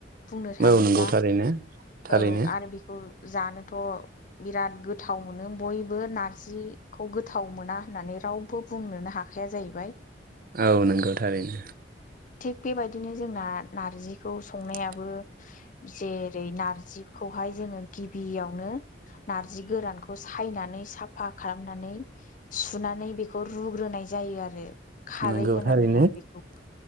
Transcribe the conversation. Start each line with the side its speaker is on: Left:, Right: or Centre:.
Left: बुंनो थाङोब्ला
Right: ओ नंगौ थारैनो। थारैनो
Left: औ आरो बेखौ जा नोथ' बिराद गोथाव मोनो बयबो नारजि खौ गोथाव मोना होननानै रावबो बुंनोनो हाखाया जाहैबाय।
Right: औ नंगौ थारैनो
Left: थिग बेबायदिनो जोंना नारजिखौ संनाया
Right: <inaudible>
Left: जेरै नारजिखौहाय जोङो गिबियावनो नारजि गोरान सायनानै साफा खालामनानै सुनानै बेखौ रुग्रोनाय जायो आरो। खारै
Right: नंगौ
Left: होनानैहाय
Right: थारैनो
Left: बेखौबो